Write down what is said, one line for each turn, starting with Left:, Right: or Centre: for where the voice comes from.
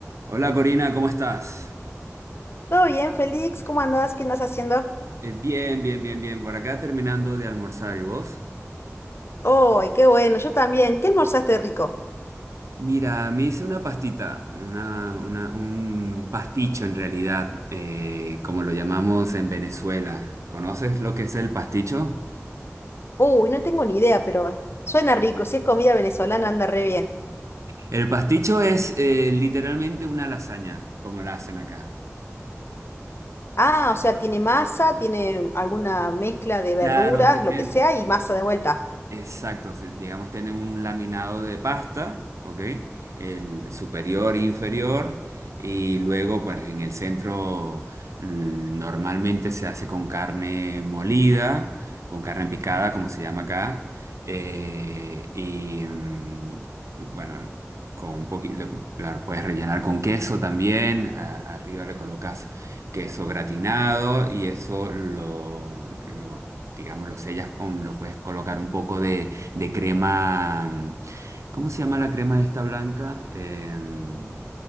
Right: Hola Corina, ¿cómo estás?
Left: Todo bien, Félix, ¿cómo andás? ¿Qué andás haciendo?
Right: Eh, bien, bien, bien, bien. Por acá terminando de almorzar, ¿y vos?
Left: ¡Ay, qué bueno! Yo también. ¿Qué almorzaste rico?
Right: Mira, me hice una pastita, una, una- un, un pasticho en realidad, eh, como lo llamamos en Venezuela. ¿Conoces lo que es el pasticho?
Left: Uy, no tengo ni idea, pero suena rico. Si es comida venezolana, anda re bien.
Right: El pasticho es eh, literalmente una lasaña, como la hacen acá.
Left: Ah, o sea, tiene masa, tiene alguna mezcla de verduras,
Right: Claro, tiene,
Left: lo que sea, y masa de vuelta.
Right: Exacto, se- digamos, tiene un laminado de pasta, ¿ok? El superior, inferior, y luego, pues en el centro mm, normalmente se hace con carne molida, con carne picada, como se llama acá, eh, y, mm, y, bueno, con un poquito, la puedes rellenar con queso también, a- arriba le colocas queso gratinado y eso lo, lo, digamos, lo sellas con, lo puedes colocar un poco de, de crema, mm, ¿cómo se llama la crema esta blanca? Em,